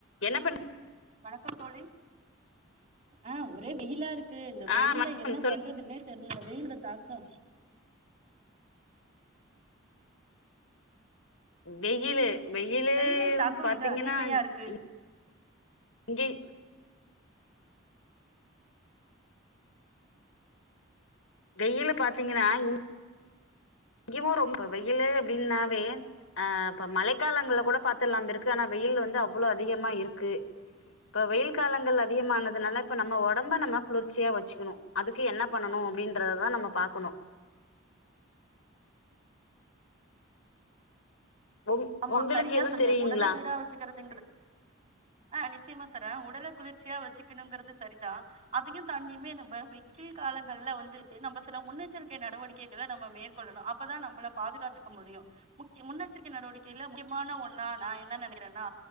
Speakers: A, on the left; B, on the right.
A: என்ன பண்
B: வணக்கம் தோழி ஆ ஒரே வெயிலா இருக் கு இந்த வெயில்ல
A: ஆ வணக்கம்
B: என்ன
A: சொல்லு
B: பண்றதுன்னே தெரில வெயில் தாக்கோ
A: வெயிலு வெயிலு
B: வெயிலின் தாக்கம்
A: பாத்தீங்கன்னா
B: மிக அதிமையா இருக்கு
A: இங் இங்கயு வெயிலு பாத்தீங்கன்னா இங் இங்கவு ரொம்ப இப்ப வெயிலு அப்டின்னாவே ஆ இப்ப மழை காலங்கள்ல கூட பாத்துரலாம் இருக்கு ஆனா வெயில் வந்து அவ்ளோ அதிகமா இருக்கு இப்ப வெயில் காலங்கள் அதிகமானதுனால இப்ப நம்ம ஒடம்ப நம்ம குளிர்ச்சியா வச்சிக்கணு அதுக்கு என்ன பண்ணணு அப்டின்றத தா நம்ம பாக்கணு உங்
B: ஆமா
A: உங்களுக்கு
B: சரியா
A: எதுவு
B: சொன்னிய
A: தெரியுங்களா
B: உடல குளிர வச்சிக்கிறதுங்கது ஆ நிச் நிச்சயமா சரா உடல குளிர்ச்சியா வெச்சுக்கணுங்கிறது சரிதா அதையு தாண்டியுமே நம்ம வெயில் காலங்கள்ல வந்து நம்ம சில முன்னெச்சரிக்கை நடவடிக்கைகள நம்ம மேற்கொள்ளணு அப்பதா நம்மள பாதுகாத்துக்க முடியும் முன்னெச்சரிக்கை நடவடிக்கை க்கில்ல முக்கியமான ஒன்னா நா என்ன நினைக்கிறேன்னா